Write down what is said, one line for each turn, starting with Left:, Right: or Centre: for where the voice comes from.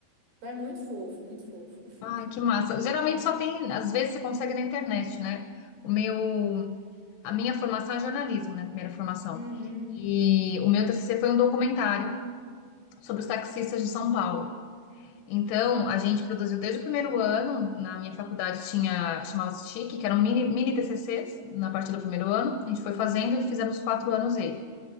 Right: Então é muito fofo, muito fofo. <laughs>
Left: Ai, que massa. Geralmente só tem, às vezes você consegue na internet, né? O meu, a minha formação é jornalismo, né? Primeira formação.
Right: Uhum.
Left: E o meu TCC foi um documentário sobre os taxistas de São Paulo. Então, a gente produziu desde o primeiro ano, na minha faculdade tinha, chamava-se TIC, que eram mini, mini TCCs, na parte do primeiro ano, a gente foi fazendo e fizemos quatro anos ele.